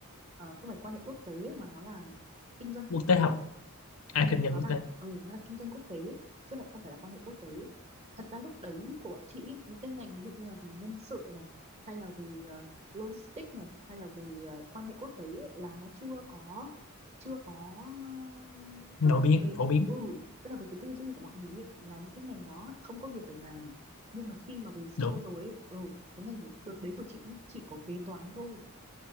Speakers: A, on the right; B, on the left.
A: ờ, không phải quan hệ quốc tế mà nó là kinh doanh quốc
B: quốc
A: tế
B: tế học à
A: ừ,
B: kinh doanh
A: nó
B: quốc
A: là
B: tế
A: ừ, nó là kinh doanh quốc tế chứ lại không phải là quan hệ quốc tế thật ra lúc đấy của bọn chị ý, những cái ngành ví dụ như là về nhân sự này hay là về ờ, logistics này hay là về ờ, quan hệ quốc tế ấy, là nó chưa có chưa có ờ,
B: nổi
A: tức là
B: tiếng
A: về
B: phổ biến
A: ừ tức là về cái tư duy của mọi người ấy, là những cái ngành đó không có việc để làm nhưng mà khi mà về sau
B: đúng
A: rồi ấy, ừ cái ngành của đợt đấy của chị nhá chỉ có kế toán thôi